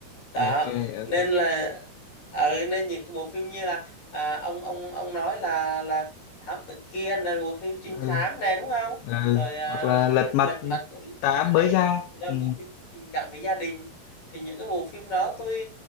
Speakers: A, on the left; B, on the left.
A: đó
B: ok ok
A: nên là ở nên những cái bộ phim như là à, ông ông ông nói là là thám tử Kiên là bộ phim trinh
B: ừ
A: thám này đúng không
B: ừ
A: rồi à,
B: hoặc là Lật
A: phim
B: Mặt
A: Lật Mặt của Lý
B: Tám
A: Hải
B: mới ra
A: thì là
B: ừ
A: bộ phim tình cảm về gia đình thì những cái bộ phim đó tôi